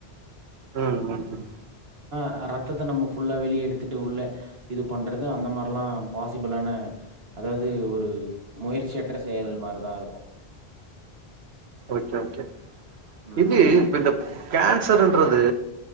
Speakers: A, on the right; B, on the right.
A: ம் ம் ம்
B: அ ரத்தத்த நம்ம ஃபுல்லா வெளிய எடுத்துட்டு உள்ள இது பண்ணுறது அந்த மார்லா பாசிபுளான அதாவது ஒரு முயற்சியற்ற செயல் மாரிதா இருக்கூ
A: ஓகே ஒகே
B: ம்
A: இது இப்ப இந்த கேன்சருன்றது